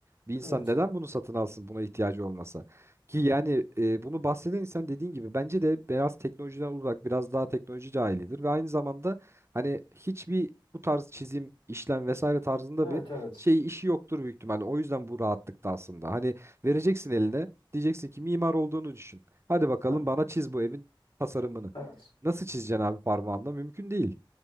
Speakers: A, on the right (about 30°); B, on the left (about 85°).
A: Bir insan
B: Evet.
A: neden bunu satın alsın buna ihtiyacı olmasa ki
B: Aha.
A: yani e, bunu bahseden insan dediğin gibi bence de biraz teknolojiden uzak biraz daha teknoloji cahilidir ve aynı zamanda hani hiçbir bu tarz çizim işlem vesaire tarzında
B: Evet
A: bir
B: evet.
A: şey işi yoktur büyük ihtimalle o yüzden bu rahatlıkta aslında hani vereceksin eline diyeceksin ki mimar olduğunu düşün hadi bakalım
B: Heh,
A: bana çiz bu evin tasarımını.
B: evet.
A: Nasıl çizeceksin abi parmağınla? Mümkün değil.